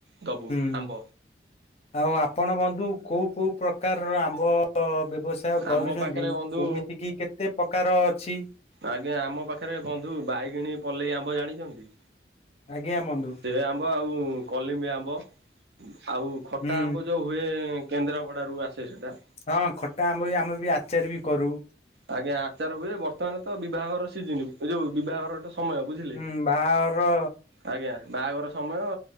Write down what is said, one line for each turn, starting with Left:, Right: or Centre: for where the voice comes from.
Right: ଦବୁ।
Left: ହୁଁ।
Right: ଆମ୍ବ
Left: ଆଉ ଆପଣ ବନ୍ଧୁ, କୋଉ କୋଉ ପ୍ରକାରର ଆମ୍ବ ବ୍ୟବସା ସାୟ କରୁଛନ୍ତି,
Right: ଆମ ପାଖରେ ବନ୍ଧୁ
Left: ଯେମିତିକିି କେତେ ପକାର ଅଛି?
Right: ଆଜ୍ଞା, ଆମ ପାଖେରେ ବନ୍ଧୁ ବାଇଗିଣୀ ପଲେଇ ଆମ୍ବ ଜାଣିଛନ୍ତି?
Left: ଆଜ୍ଞା, ବନ୍ଧୁ।
Right: ସେ ଆମ୍ୱ ଆଉ କଲିମ୍ବି ଆମ୍ୱ, ଆଉ ଖଟା
Left: ହୁଁ
Right: ଆମ୍ୱ ଯୋଉ ହୁଏ, ଏଁ କେନ୍ଦ୍ରାପଡାରୁୁ ଆସେ ସେଟା।
Left: ହଁ, ଖଟା ଆମ୍ବ ବି ଆମେ ବି ଆଚାର ବି କରୁ
Right: ଆଜ୍ଞା ଆଚାର ହୁଏ, ବର୍ତ୍ତମାନ ତ ବିଭାଘର ସିଜିନି, ଏ ଯୋଉ ବିଭାଘର ଗୋଟେ ସମୟ ବୁଝିଲେ।
Left: ହୁଁ, ବାହାଘର
Right: ଆଜ୍ଞା। ବାହାଘର ସମୟ,